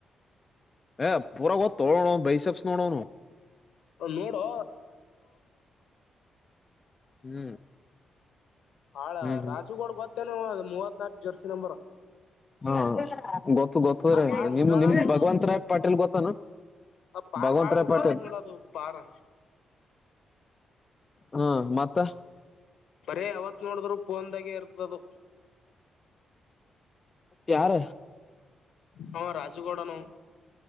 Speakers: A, on the left; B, on the left.
A: ಹೇಯ್ ಊರ ಗೊತ್ತು ಬೈಸಬ್ಸ್ ನೋಡೋನು
B: ನೋಡು
A: ಹ್ಮ್
B: ಹಾಳ
A: ಹ್ಮ್ ಹ್ಮ್
B: ರಾಜುಗೋಡ ಗೊತ್ತೆಲ್ಲ ಅ ಮೂವತ್ ನಾಲ್ಕ್ ಜರ್ಸಿ ನಂಬರ್
A: ಹಾ ಗೊತ್ತು ಗೊತ್ತ್ರ
B: ಬಾಳ
A: ನಿಮ
B: ಉಡಾಳ
A: ನಿಮ್
B: ಅದ ಅದು
A: ಭಗವಂತ ರಾಯ್ ಪಾಟೇಲ್ ಗೊತ್ತಾನ
B: ಆ ಪಾರ್
A: ಭಗವಂತ
B: ಬಾಳ
A: ರಾಯ್
B: ಉಡಾಳ
A: ಪಟೇಲ್
B: ಅದ ನೋಡ್ ಅದು ಪಾರ್
A: ಹಾ ಮತ್ತ
B: ಬರೇ ಯಾವತ್ ನೋಡಿದ್ರು ಪಫೋನ್ದಾಗೆ ಇರ್ತದು
A: ತಾರ
B: ಹ ರಾಜಗಡನ